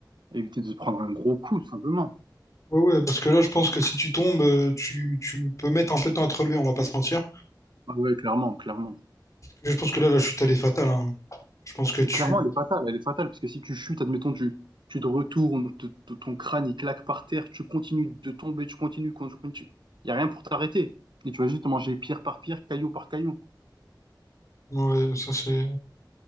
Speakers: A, on the right; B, on the left.
A: éviter de se prendre un gros coup, tout simplement.
B: Ouais, ouais, parce que là, je pense que si tu tombes, euh, tu, tu peux mettre un peu de temps à te relever, on va pas se mentir.
A: Ah ouais, clairement, clairement.
B: Je pense que là, la chute, elle est fatale, hein. Je pense que tu...
A: Et clairement, elle est fatale, elle est fatale, parce que si tu chutes, admettons, tu, tu te retournes, te- te- ton crâne il claque par terre, tu continues de tomber, tu continues, tu continues. Il n'y a rien pour t'arrêter. Et tu vas juste manger pierre par pierre, caillou par caillou.
B: Ouais, ça, c'est...